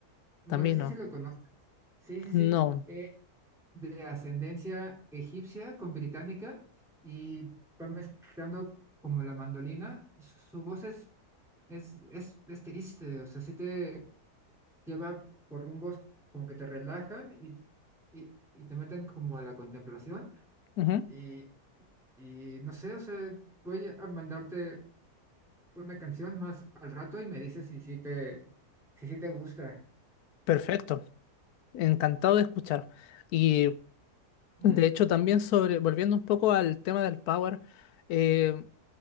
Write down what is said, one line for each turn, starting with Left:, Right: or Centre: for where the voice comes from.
Centre: No
Left: También
Centre: sé si
Left: no.
Centre: se lo conoces Sí, sí, sí.
Left: No.
Centre: Es de ascendencia egipcia con británica y va mezclando como la mandolina. Su su voz es, es, es, es triste, o sea, sí te, lleva por rumbos como que te relajan y, y, y te meten como a la contemplación
Left: Ujú.
Centre: y, y no sé, o sea, voy a mandarte una canción más al rato y me dices si sí te, si sí te gusta.
Left: Perfecto. Encantado de escuchar. Y
Centre: ¿Mm?
Left: de hecho también sobre, volviendo un poco al tema del power, eh,